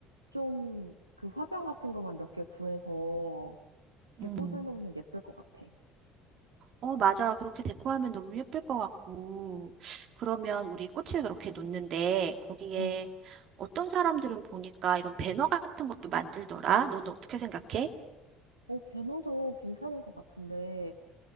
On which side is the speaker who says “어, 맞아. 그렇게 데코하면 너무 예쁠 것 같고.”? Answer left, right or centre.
Right